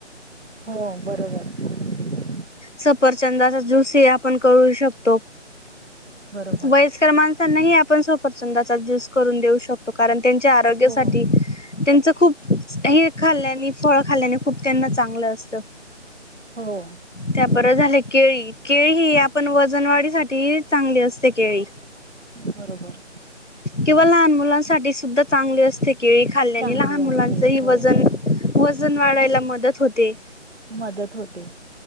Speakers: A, on the right; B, on the left.
A: हो, बरोबर आहे....
B: सफरचंदाचा ज्यूस हि आपण करू शकतो...
A: बरोबर
B: वयस्कर माणसांनाही आपण सफरचंदाचा ज्यूस करून देऊ शकतो. कारण, त्यांच्या आरोग्यासाठी
A: हो
B: त्यांचं खूप हे खाल्ल्याने फळ खाल्ल्याने खूप त्यांना चांगलं अस... त....
A: हो
B: त्या परत झाले केळी. केळी हि आपण वजनवाढीसाठी चांगली असते केळी..... <unintelligible>
A: बरोबर.....
B: किंवा लहान मुलांसाठी सुद्धा चांगली असते के... केळी खाल्ल्याने
A: चांगली
B: लहान
A: असते
B: मुलांचहि
A: हो
B: वजन वजन वाढायला मदत होते.....
A: मदत होते....